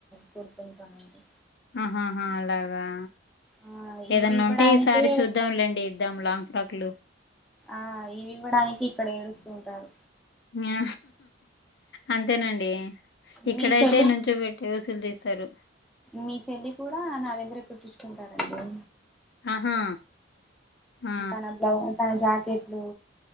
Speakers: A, in the centre; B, on the left.
A: కూరుకుంటానండి
B: ఆహహా అలాగా
A: ఆ
B: ఏదన్నా
A: ఇవి ఇవ్వడానికే
B: ఉంటే ఈసారి చూద్దాంలేండి ఇద్దాం లాంగ్ ఫ్రాగ్ లు
A: ఆ ఇవి ఇవ్వడానికి ఇక్కడ ఏడుస్తు ఉంటారు
B: ఆ అంతేనండి ఇక్కడైతే
A: మీ చెల్లి
B: నుంచో ట వసూలు తీస్తారు
A: మీ చెల్లి కూడ నా దగ్గరె కుట్టించుకుంటారంండి
B: ఆహా ఆ
A: తన బ్లౌ తన జాకెట్లు